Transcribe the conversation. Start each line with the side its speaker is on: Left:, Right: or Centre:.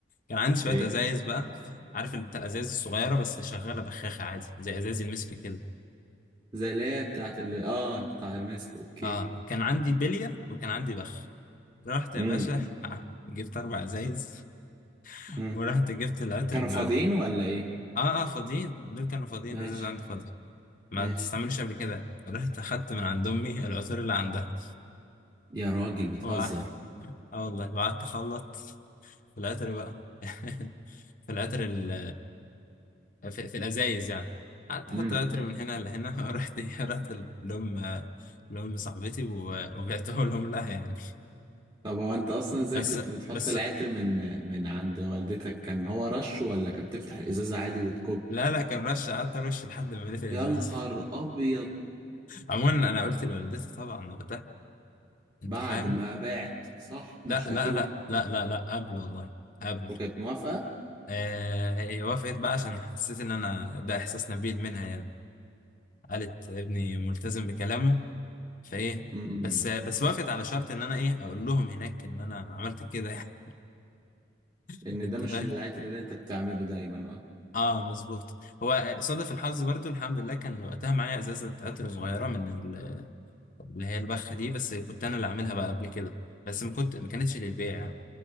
Left: كان عندي شويه
Right: ايه
Left: ازايز بقى عارف انت الازايز الصغيره بس شغاله بخاخه عادي زي ازايز المسك كده
Right: زي اللي هي بتاعت ال اه بتاعت الماسك اوكي
Left: اه كان عندي بليه وكان عندي بخ رحت يا
Right: امم
Left: باشا <laughs> جبت اربع ازايز <laughs>
Right: امم
Left: ورحت جبت العطر
Right: كانوا
Left: اللي
Right: فاضيين
Left: عندي
Right: ولا ايه
Left: اه اه فاضيين دول كانوا فاضيين
Right: ماشي
Left: ازايز عندي فاضي ما
Right: ماشي
Left: تستعملوش قبل كده رحت أخدت من عند أمي العطور اللي عندها
Right: يا راجل بتهزر
Left: وقع- اه والله وقعدت أخلط في العطر بقى <laughs> في العطر ال... في, في الأزايز يعني قعدت أحط
Right: امم
Left: عطر من هنا لهنا <laughs> رحت رحت لأم لأم صاحبتي و- وبعته لهم لها يعني
Right: طب هو انت اصلا ازاي
Left: بس
Right: كنت بتحط
Left: بس
Right: العطر من من عند والدتك كان هو رش ولا كان بتفتح الازازة عادي وتكب
Left: لا لا كان رش قعدت أرش لحد ما مليت الإزاز
Right: يا نهار
Left: <laughs>
Right: ابيض
Left: عموما أنا قلت لوالدتي طبعا وقتها أنت
Right: بعد
Left: فاهم
Right: ما بعت صح
Left: لا
Right: مش اكيد
Left: لا لا لا لا لا قبل والله قبل
Right: وكانت موافقة
Left: آه، هي وافقت بقى عشان حسيت ان انا ده احساس نبيل منها يعني قالت ابني ملتزم بكلامه فايه
Right: امم
Left: بس بس وافقت على شرط ان انا ايه اقول لهم هناك ان انا عملت كده يعني <laughs>
Right: ان
Left: انت
Right: ده مش
Left: فاهم
Right: العطر اللي انت بتعمله دايما اه
Left: اه مظبوط هو صادف الحظ برضو الحمد لله كان وقتها معايا ازازه عطر صغيره من ال- اللي هي البخ دي بس كنت انا اللي عاملها بقى قبل كده بس ما كنت ما كانتش للبيع يعني